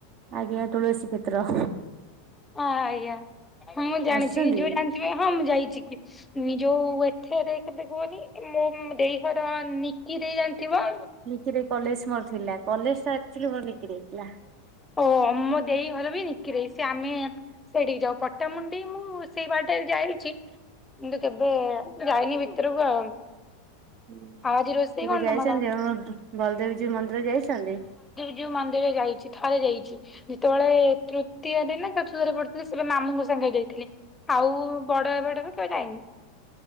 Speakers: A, on the right; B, on the left.
A: ଆଜ୍ଞା ତୁଳସୀ କ୍ଷେତ୍ର।
B: ହଁ ଆଜ୍ଞା ହଁ ମୁଁ ଜାଣିଚି
A: ଆସିଛନ୍ତି
B: କି ଯୋଉ ଜାଣିଥିବ ହଁ ମୁଁ ଯାଇଚି କି। ନି ଯୋଉ ଏଥରେ କେତ କୁହନି ମୁ ଦେଇ ଘର ନିକି ଦେଇ ଜାଣିଥିବ?
A: ନିକି କଲେଜ ମୋର ଥିଲା କଲେଜ ଟା ଆକଚୁଲି <unintelligible> କିରିଇଥିଲା।
B: ଓମ ମୋ ଦେଇ ଘର ବି <unintelligible> ସେ ଆମେ ସେଠିକି ଯାଉ ପଟ୍ଟାମୁଣ୍ଡି ମୁଁ ସେଇ ବାଟରେ ଯାଇଚି। କିନ୍ତୁ କେବେ ଯାଇନି ଭିତରକୁ ଆଉ।
A: ହୁଁ
B: ଆଜି ରୋଷେଇ
A: କେବେ
B: କଣ
A: ଯାଇଚନ୍ତି
B: ତମର?
A: ଆ ବଲଦେବୀଜୀ ମନ୍ଦିର ଯାଇଚନ୍ତି?
B: ଯଉ ମନ୍ଦିର ଯାଇଚି। ଥରେ ଯାଇଚି ଯେତେବେଳେ ତୃତୀୟରେ ନା ଚତୁର୍ଥରେ ପଡିଥିଲେ ସେବେ ମାମୁଙ୍କ ସାଙ୍ଗରେ ଯାଇଥିଲି। ଆଉ ବଡ ହେବାଠାରୁ କେଉ ଯାଇନି।